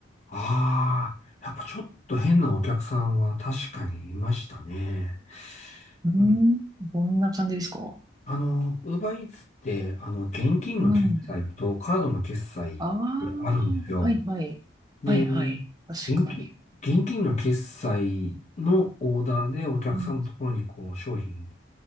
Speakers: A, on the left (about 35°); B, on the right (about 20°).
A: ああ、やっぱちょっと変なお客さんは確かにいましたね。
B: うーん、
A: うん
B: どんな感じですか
A: あの、ウーバーイーツって、あの、現金の決済とカードの決済ってあるんですよ。
B: うん。ああ、はいはい。
A: で、
B: はいはい。
A: 現金、
B: 確かに。
A: 現金の決済のオーダーでお客さんのところにこう商品、
B: うん、